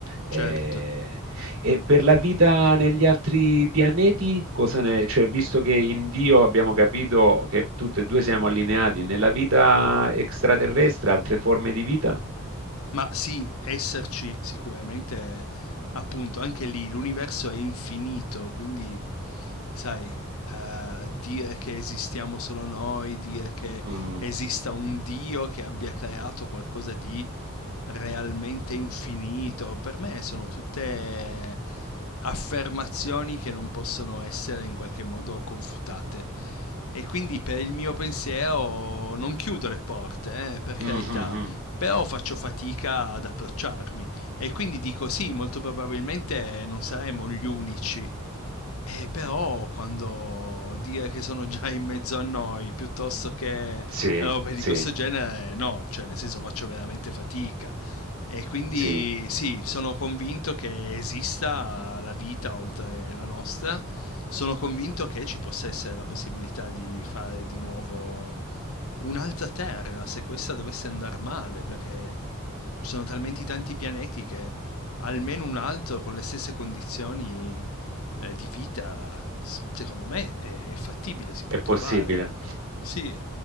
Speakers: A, on the right (about 65°); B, on the left (about 75°).
A: Eh,
B: certo.
A: e per la vita negli altri pianeti, cosa ne... cioè, visto che in Dio abbiamo capito che tutti e due siamo allineati, nella vita extraterrestre, altre forme di vita?
B: Ma sì, esserci sicuramente, appunto, anche lì l'universo è infinito, quindi, sai, eh, dire che esistiamo solo noi, dire che
A: Mm.
B: esista un Dio che abbia creato qualcosa di realmente infinito. Per me sono tutte affermazioni che non possono essere in qualche modo confutate. E quindi per il mio pensiero non chiudo le porte, eh, per
A: Mhm,
B: carità,
A: mhm.
B: però faccio fatica ad approcciarmi e quindi dico sì, molto probabilmente non saremo gli unici eh, però quando dire che sono già in mezzo a noi piuttosto che
A: Sì,
B: robe
A: sì,
B: di questo genere, no, cioè nel senso faccio veramente fatica. E quindi
A: sì.
B: sì, sono convinto che esista la vita oltre la nostra, sono convinto che ci possa essere la possibilità di fare di nuovo un'altra Terra se questa dovesse andar male, perché ci sono talmente tanti pianeti che almeno un altro con le stesse condizioni eh, di vita, s- secondo me è, è fattibile, si può
A: È possibile.
B: trovare. Sì,